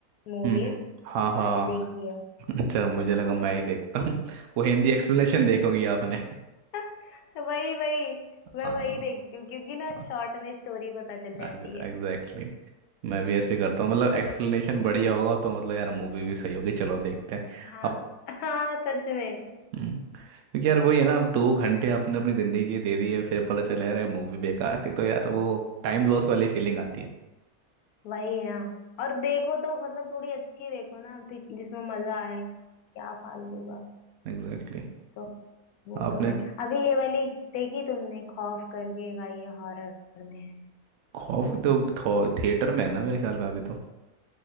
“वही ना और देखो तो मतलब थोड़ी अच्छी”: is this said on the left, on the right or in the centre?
Left